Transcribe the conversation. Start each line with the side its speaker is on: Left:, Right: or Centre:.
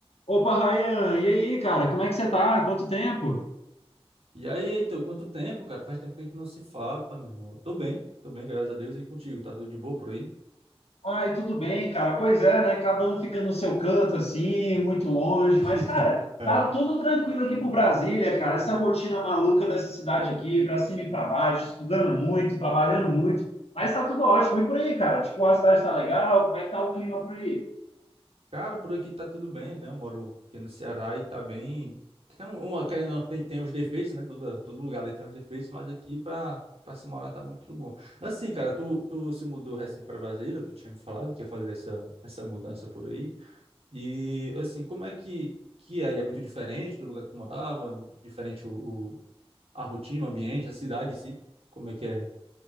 Left: Opa, Ryan, e aí, cara, como é que você tá? Quanto tempo?
Right: E aí, Heitor, quanto tempo, cara? Faz tempo que a gente não se fala, meu irmão. Eu Tô bem, tô bem, graças a Deus. E contigo, tá tudo de boa por aí?
Left: Ai, tudo bem, cara. Pois é, né? Cada um fica no seu canto, assim, muito longe.
Right: <laughs>
Left: Mas, cara,
Right: É.
Left: tá tudo tranquilo aqui pro Brasília, cara. Essa rotina maluca dessa cidade aqui, pra cima e pra baixo, estudando muito, trabalhando muito. Mas tá tudo ótimo. E por aí, cara? Tipo, a cidade tá legal? Como é que tá o clima por aí?
Right: Cara, por aqui tá tudo bem, né? Eu moro aqui no Ceará e tá bem. Tem um- uma, querendo ou não, tem, tem os defeitos, né? Todo, todo lugar ali tem os defeitos, mas aqui pra, pra se morar tá muito bom. Assim, cara, tu, tu se mudou recente pra Brasília, tu tinha me falado que ia fazer essa, essa mudança por aí. E, assim, como é que, que é? E É muito diferente do lugar que tu morava? Diferente o a rotina, o ambiente, a cidade em si, como é que é.